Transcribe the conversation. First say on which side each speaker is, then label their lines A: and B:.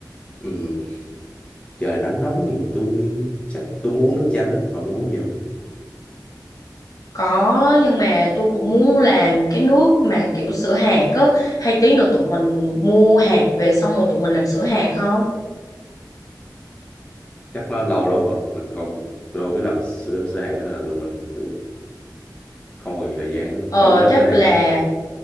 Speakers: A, on the left; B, on the left.
A: ừ. trời nắng nóng thì tôi chắc tôi muốn uống nước chanh á mà muốn uống gì không
B: Có, nhưng mà tôi cũng muốn làm cái nước mà kiểu sữa hạt á. Hay tí nữa tụi mình mua hạt về xong rồi tụi mình làm sữa hạt không?
A: chắc nó lâu lắm hả mình không tôi không biết làm sữa sữa hạt nên là tụi mình kiểu không còn nhiều thời gian á.
B: Ờ,
A: và biết làm
B: chắc
A: sữa hạt
B: là
A: rồi